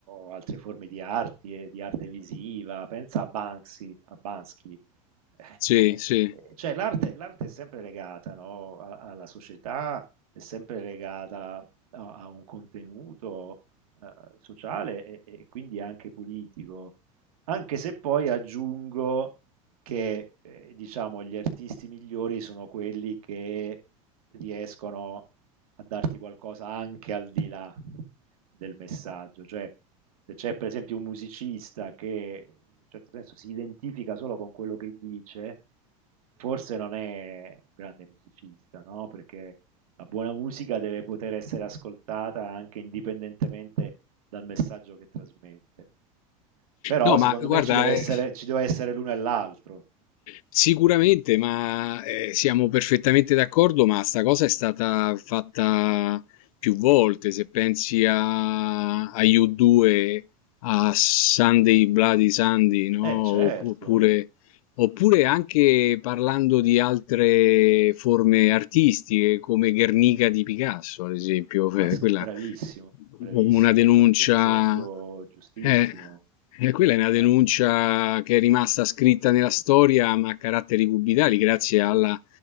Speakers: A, on the right; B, on the left.
A: o altre forme di arti e di arte visiva. Pensa a Banksy a Banksy, <laughs>
B: Sì, sì.
A: Eh, cioè l'arte l'arte è sempre legata, no, a- alla società, è sempre legata a, a un contenuto eh, sociale e, e quindi anche politico, anche se poi aggiungo che eh, diciamo gli artisti migliori sono quelli che riescono a darti qualcosa anche al di là del messaggio, cioè se c'è per esempio un musicista che in un certo senso si identifica solo con quello che dice, forse non è un grande musicista, no? Perché la buona musica deve poter essere ascoltata anche indipendentemente dal messaggio che trasmette. Però
B: No, ma
A: secondo me
B: guarda,
A: ci deve essere,
B: eh,
A: ci deve essere l'uno e l'altro.
B: sicuramente, ma eh, siamo perfettamente d'accordo, ma sta cosa è stata fatta più volte. Se pensi a, a U2, a Sunday Bloody Sunday, no?
A: Eh certo,
B: Opp- Oppure, oppure anche parlando di altre forme artistiche, come Guernica di Picasso, ad esempio, eh,
A: ma sc-
B: quella
A: bravissimo, bravissimo,
B: una denuncia
A: hai fatto un esempio giustissimo.
B: eh, e quella è una denuncia
A: Eh.
B: che è rimasta scritta nella storia, ma a caratteri cubitali, grazie alla,